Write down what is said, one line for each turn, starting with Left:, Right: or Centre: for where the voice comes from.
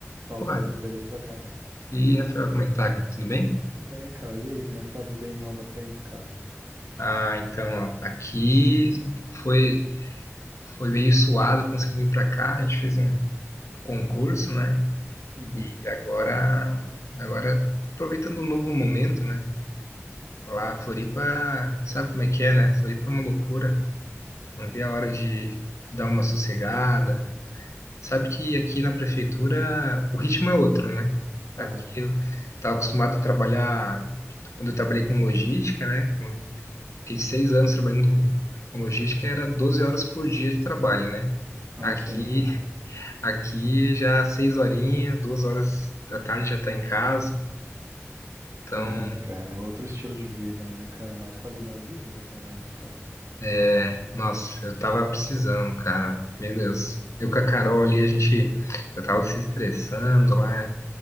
Right: Fala,
Left: Pô,
Right: Pedro, beleza, cara?
Left: e Rafael, como é que tá? cara? Tudo bem?
Right: Tudo bem, cara. E aí, como é que tá a vida aí em Nova Trento, cara?
Left: Ah, então, ó, aqui foi, foi meio suado conseguir vir pra cá. A gente fez um concurso, né?
Right: Uhum.
Left: E agora, agora aproveitando um novo momento, né? Lá, Floripa, sabe como é que é, né? Floripa é uma loucura. Não vi a hora de, de dar uma sossegada. Sabe que aqui na prefeitura o ritmo é outro, né?
Right: Aham.
Left: Aqui eu estava acostumado a trabalhar, quando eu trabalhei com logística, né? Fiquei seis anos trabalhando com, com logística, e era 12 horas por dia de trabalho, né?
Right: Ah,
Left: Aqui,
Right: sim, cara.
Left: aqui já seis horinhas, duas horas da tarde já tá em casa. Então,
Right: É, cara, é outro estilo de vida, né, cara? Mais qualidade de vida também, né, cara?
Left: é, nossa, eu tava precisando, cara. Meu Deus. Eu com a Carol ali, a gente, eu tava se estressando lá